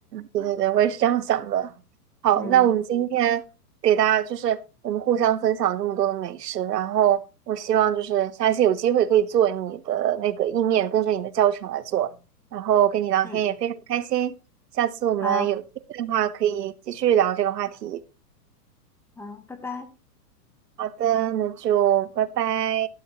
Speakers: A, on the right; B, in the centre.
A: 对对对，我也是这样想的。好，
B: <laughs> 嗯
A: 那我们今天给大家就是我们互相分享这么多的美食，然后我希望就是下一次有机会可以做你的那个意面，跟着你的教程来做。然后跟你聊天也非常开心，
B: 嗯，
A: 下次我们有机会的话可以继续聊这个话题。
B: 好好，拜拜。
A: 好的，那就拜拜。